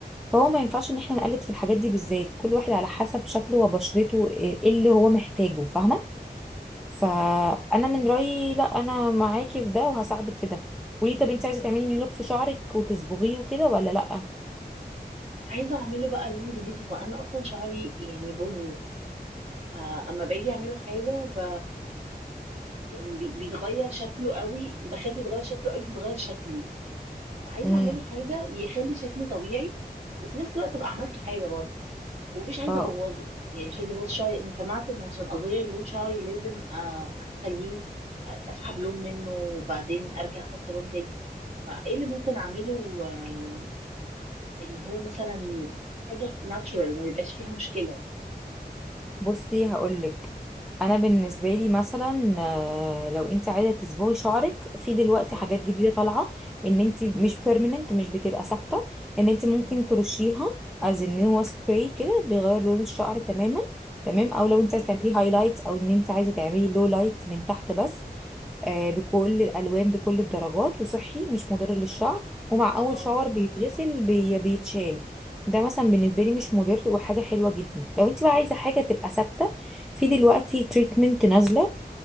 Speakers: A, in the centre; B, on the right.
A: فهو ما ينفعش ان احنا نقلد في الحاجات دي بالذات كل واحد على حسب شكله وبشرته آه، إيه اللي هو محتاجه فاهمه فانا من رايي لا انا معاكي في ده وهساعدك في ده قولي طب انت عايزه تعملي نيو لوك في شعرك وتصبغيه وكده ولا لا
B: عايزة اعمله بقى لون جديد هو انا اصلا شعري يعني بني فاما باجي اعمله حاجة ب... يعني بي- بيتغير شكله قوي بخاف يتغير شكله قوي فيتغير شكلي فعايزة
A: امم
B: اعمله حاجة يخلي شكلي طبيعي وفي نفس الوقت ابقى عملته حاجة برضه ومش عايزة
A: اه
B: ابوظه يعني مش عايزة ابوظ شعري ان سمعت ان عشان اغير لون شعري لازم أ- اخليه اسحب لون منه وبعدين ارجع احط لون تاني فايه اللي ممكن اعمله آه، ان هو مثلا حاجة ناتشورال ما يبقاش فيها مشكلة
A: بصي هقولك انا بالنسبه لي مثلا آه، لو انت عايزه تصبغي شعرك في دلوقتي
B: اه
A: حاجات جديده طالعه ان انت مش بيرمننت مش بتبقى ثابته ان انت ممكن
B: مم.
A: ترشيها از ان هو سبراي كده بيغير لون الشعر تماما تمام او
B: اه
A: لو انت عايزه تعملي هايلايت او ان انت عايزه تعملي لو لايت من تحت بس آه، بكل الالوان بكل الدرجات وصحي مش مضر للشعر ومع اول
B: اه
A: شاور بيتغسل بي بيتشال ده مثلا بالنسبه لي مش مضر وحاجه حلوه جدا لو انت بقى عايزه حاجه تبقى ثابته في دلوقتي تريتمنت نازله